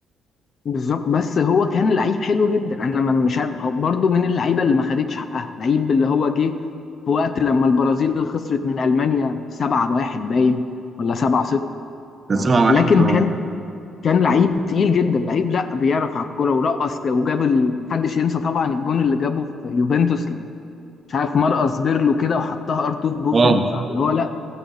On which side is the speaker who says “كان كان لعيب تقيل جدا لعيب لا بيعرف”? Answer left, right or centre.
Left